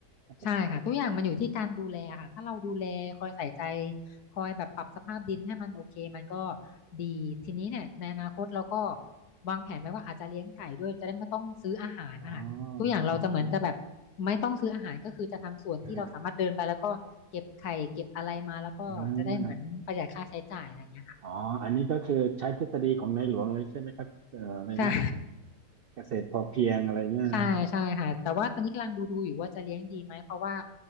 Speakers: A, on the right; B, on the left.
A: ถ้าปลูกปาล์ม
B: ใช่ค่ะทุกอย่างมันอยู่ที่การดูแลค่ะถ้าเราดูแลคอยใส่ใจคอยแบบปรับสภาพดินให้มันโอเคมันก็ดีทีนี้เนี่ยในอนาคตเราก็วางแผนไว้ว่าอาจจะเลี้ยงไก่ด้วยจะได้ไม่ต้องซื้ออาหารนะคะทุกอย่างเราจะเหมือนจะแบบ
A: อ๋ออ๋ออ๋อ
B: ไม่ต้องซื้ออาหารก็คือจะทำสวนที่เราสามารถเดินไปแล้วก็เก็บไข่เก็บอะไรมาแล้วก็จะได้เหมือนประหยัดค่าใช้จ่ายอะไรอย่างเงี้ยค่ะ
A: อ๋ออ๋อ อ๋ออันนี้ก็คือใช้ทฤษฎีของในหลวงเลยใช่ไหมครับเอ่ออะไรนะ
B: ใช่
A: เกษตรพอเพียงอะไรเงี้ยนะ
B: ใช่ใช่ค่ะแต่ว่าตอนนี้กำลังดูดูอยู่ว่าจะเลี้ยงดีไหมเพราะว่า